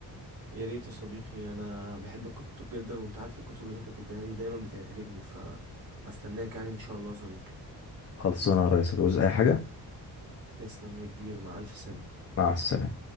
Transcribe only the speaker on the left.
خلصانه يا ريس هتعوز اي حاجه
مع السلامه